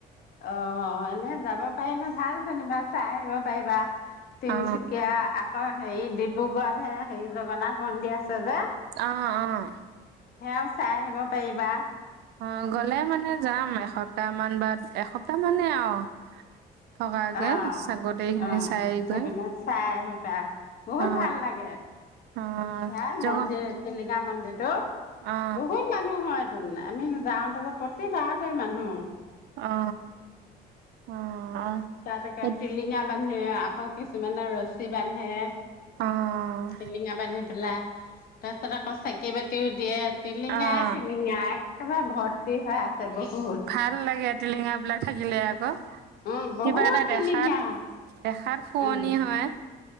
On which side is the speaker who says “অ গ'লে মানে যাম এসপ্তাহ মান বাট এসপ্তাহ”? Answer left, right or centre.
Right